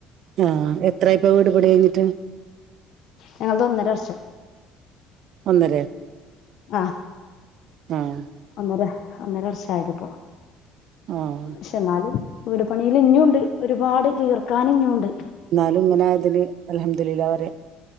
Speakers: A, on the right; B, on the left.
A: ആഹ് എത്ര ഇപ്പ വീട്പണി കഴിഞ്ഞിട്ട്
B: ഞങ്ങത് ഒന്നര വർഷം
A: ഒന്നരേ
B: ആഹ്
A: ആഹ്
B: ഒ ഒന്നര വർഷയത്പ്പോ
A: ആഹ്
B: ക്ഷെന്നാ വീട് പണിയിൽ ഇങ്ങുണ്ട് ഒരുപാട് തീർക്കാൻ ഇങ്ങുണ്ട്.
A: എന്നാലും ഇങ്ങനൊയതിന് അലഹംദി ലില്ല വരെ